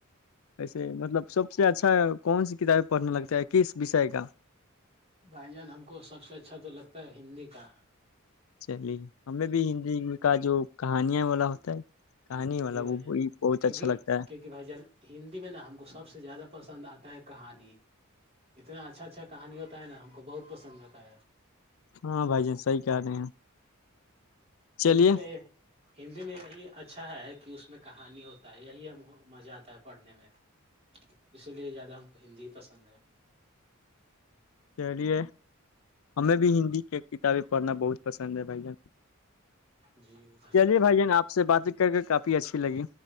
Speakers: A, on the left; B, on the right.
A: ویسے مطلب سب سے اچھا کون سی کتابیں پڑھنے لگتا ہے کس وشے کا
B: بھائی جان ہم کو سب سے اچھا تو لگتا ہے ہندی کا
A: چلیے ہمیں بھی ہندی کا جو کہانیاں بوالا ہوتا ہے کہانی والا
B: جی بھائی
A: وہ
B: جان
A: بہت
B: کیونکہ
A: اچھا لگتا ہے
B: کیونکہ بھائی جان ہندی میں نا ہم کو سب سے زیادہ پسند آتا ہے کہانی اتنا اچھا اچھا کہانی ہوتا ہے نا ہم کو بہت پسند آتا ہے
A: ہاں بھائی جان صحی کہہ رہے ہیں چلیے
B: ہندی میں یہ ہندی میں یہی اچھا ہے کہ اس میں کہانی ہوتا ہے یہی ہم کو مزہ آتا ہے پڑھنے میں اسی لیے زیادہ ہم کو ہندی ہی پسند ہے
A: چلیے ہمیں بھی ہندی کے کتابیں پڑھنا بہت پسند ہے بھائی جان
B: جی
A: چلیے
B: جان
A: بھائی ج نے آپ سے بات کر کے کافی اچھی لگی